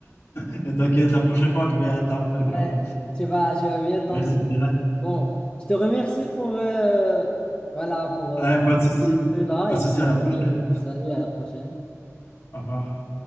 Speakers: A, on the left; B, on the left.
A: <laughs> Ne t'inquiète, la prochaine fois, je vais être un peu dur.
B: Ouais, tu vas, tu vas bien t'entraîner.
A: Je vais essayer.
B: Bon, je te remercie pour, euh, voilà, pour euh,
A: Ouais,
B: ce
A: pas de souci.
B: jeu-là
A: Pas de
B: et je
A: souci,
B: te
A: à la prochaine.
B: dis euh, salut à la prochaine.
A: Au revoir.